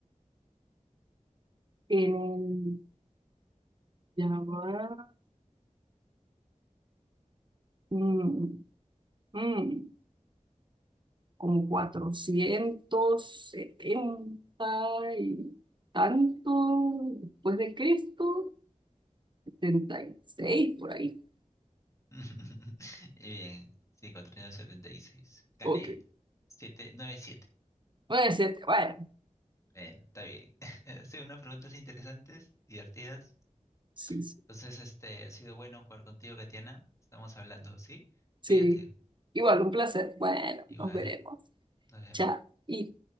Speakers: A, on the right; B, on the left.
A: En el... Ya va. mm, mm, como 470 y tanto después de Cristo. 76, por ahí.
B: <laughs> Bien, sí, 476. Gané.
A: Ok.
B: Siete, nueve, siete.
A: noventa y siete bueno,
B: Bueno, está bien. <laughs> Hacen unas preguntas interesantes, divertidas.
A: sí, sí.
B: Entonces, este, ha sido bueno jugar contigo, Katiana. Estamos hablando, ¿sí?
A: Sí.
B: Cuídate.
A: Igual un placer. Bueno,
B: Igual,
A: nos veremos.
B: nos vemos.
A: Chao. Y